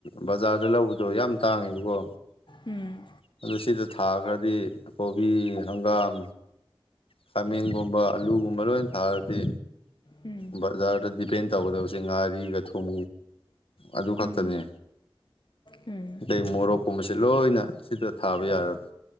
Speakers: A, on the left (about 70°); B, on the left (about 55°).
A: ꯕꯖꯥꯔꯗ ꯂꯧꯕꯗꯣ ꯌꯥꯝ ꯇꯥꯡꯉꯦꯕꯀꯣ
B: ꯎꯝ
A: ꯑꯗꯣ ꯁꯤꯗ ꯊꯥꯈ꯭ꯔꯗꯤ ꯀꯣꯕꯤ ꯍꯪꯒꯥꯝ ꯈꯥꯃꯦꯟꯒꯨꯝꯕ ꯑꯂꯨꯒꯨꯝꯕ ꯂꯣꯏꯅ ꯊꯥꯔꯗꯤ
B: ꯎꯝ
A: ꯕꯖꯥꯔꯗ ꯗꯤꯄꯦꯟ ꯇꯧꯒꯗꯕꯁꯦ ꯉꯥꯔꯤꯒ ꯊꯨꯝ ꯑꯗꯨ ꯈꯛꯇꯅꯦ
B: ꯎꯝ ꯎꯝ
A: ꯑꯇꯩꯃꯣꯔꯣꯛꯀꯨꯝꯕꯁꯦ ꯂꯣꯏꯅ ꯁꯤꯗ ꯊꯥꯕ ꯌꯥꯔꯕ